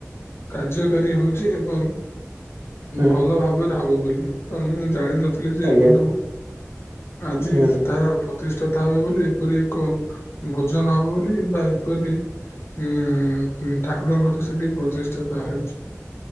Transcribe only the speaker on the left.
କାର୍ଯ୍ୟକାରୀ ହଉଚି ଏବଂ
ଭଲ ଭାବରେ ହବ ବୋଲି ତ ମୁଁ ଜାଣି ନ ଥିଲି ଯେ
ବନ୍ଧୁ ଆଜି
ତାର ପ୍ରତିଷ୍ଠା ତା ହବ ବୋଲି ଏପରି ଏକ ଭୋଜନ ହବ ବୋଲି ବା ଏପରି ଉଁ ଠାକୁରଙ୍କର ସେଠି ପ୍ରଚି ଷ୍ଟା ହେଉଚି।